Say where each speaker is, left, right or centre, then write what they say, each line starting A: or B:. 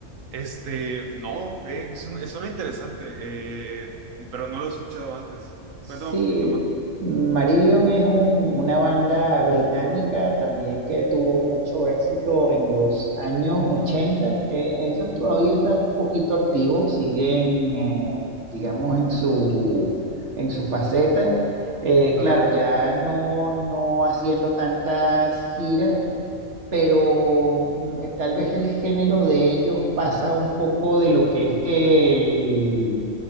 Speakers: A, on the right; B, on the right.
A: Este, no, eh, es un- suena interesante, eh, pero no lo he escuchado antes.
B: Sí,
A: Cuéntame un poquito más.
B: Marillion es un- una banda británica también que tuvo mucho éxito en los años 80. Eh, ellos todavía están un poquito activos, siguen, eh, digamos, en su, en su faceta. Eh,
A: Ajá,
B: claro, ya no, no haciendo tantas giras, pero mm, eh, tal vez el género de ellos pasa un poco de lo que es el,